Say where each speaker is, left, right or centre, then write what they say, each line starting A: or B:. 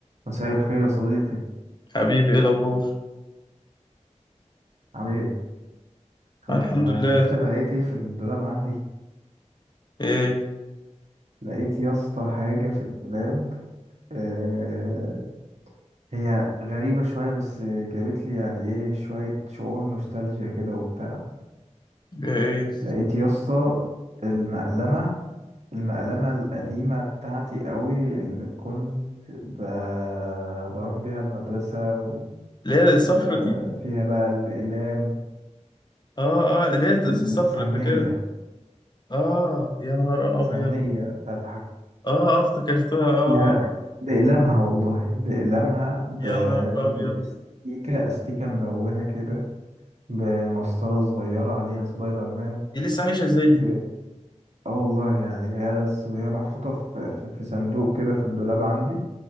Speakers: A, on the right; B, on the left.
A: مساء الخير يا صديقي
B: حبيبي ايه الاخبار
A: عامل ايه كله
B: آه الحمد
A: تمام
B: لله
A: شفت انا لقيت ايه في الدولاب عندي
B: ايه
A: لقيت يا اسطى حاجه في الدولاب آه هي غريبه شويه بس جابت لي يعني ايه شويه شعور نوستالجيا كده وبتاع
B: ايه
A: لقيت يا اسطى المقلمه المقلمه القديمه بتاعتي قوي اللي كنت ب... بروح بيها المدرسه و...
B: اللي هي
A: وفيها
B: الصفرة دي
A: بقى الاقلام
B: اه اه اللي هي الصفرة
A: السمنيه
B: فاكرها دي اه يا نهار
A: سمنيه
B: ابيض
A: بتاعت
B: اه اه افتكرتها اه آه.
A: فيها
B: آه.
A: بأقلامها والله بأقلامها ب...
B: يا نهارك ابيض
A: بالاستيكة استيكة ملونة كده بمسطرة صغيرة عليها سبايدر مان
B: دي لسه عايشة ازاي
A: ب...
B: دي
A: اه والله يعني هي س- هي محطوطة في... في... في صندوق كده في الدولاب عندي